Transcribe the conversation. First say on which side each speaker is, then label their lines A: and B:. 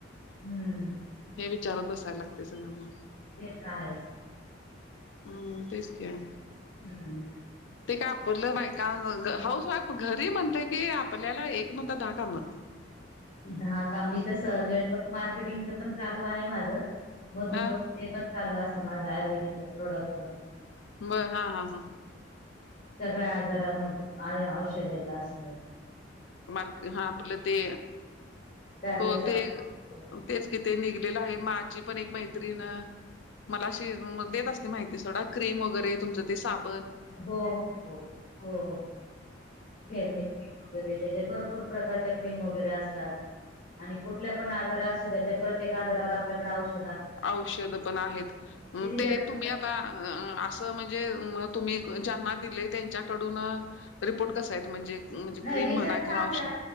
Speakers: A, on the left (about 40°); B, on the left (about 75°).
A: हम्म
B: हे विचारात बसायला लागते सगळ्यांना.
A: हे काय?
B: ह तेचं कि.
A: हम्म.
B: ते काय आपरलं बायकां हाऊस वाईफ घरी म्हटलं की आपल्याला एक म्हणता दहा कामं.
A: दहा का मी तस नेटवर्क मार्केटिंगच पण चालू आहे माझ. मधून
B: हा
A: मधून ते पण चालू असत माझं आयुर्वेदिक प्रोडक्टचं.
B: बर हा हा हा.
A: सगळ्या आजारांवर औषध असल.
B: मार्क हा आपलं ते
A: कारले
B: हो
A: सासव
B: ते तेच किथ निघलेलं आहे माझी पण एक मैत्रीण मला अशी देत असते माहीती सोडा क्रीम वैगरे तुमच्या ते साबन
A: हो हो हो फेरणी वगैरे त्याच्या भरपूर खूप प्रकारच्या क्रीम वगैरे असतात. आणि कुठल्या पण आजार असू द्या त्या प्रत्येक आजारावर आपल्याकडे आवश्यक
B: औषध पण आहेत
A: रिझल्ट
B: ते तुम्ही आता म्हणजे तुम्ही ज्यांना दिले त्यांच्याकडून रिपोर्ट कस आहेत म्हणजे म्हणजे
A: नाही
B: क्रीम
A: रिझल्ट
B: म्हणा
A: चांगले
B: किंवा औषध